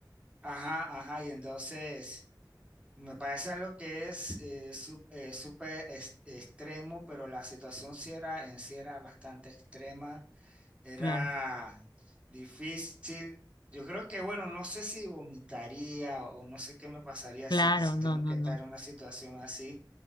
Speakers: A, on the right; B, on the left.
A: ajá, ajá, y entonces... Me parece algo que es eh, su- eh, súper es- extremo, pero la situación sí era, en sí era bastante extrema Era
B: Claro,
A: difícil. Yo creo que, bueno, no sé si vomitaría o no sé qué me pasaría
B: claro,
A: si, si
B: no,
A: tengo
B: no,
A: que estar
B: no.
A: en una situación así,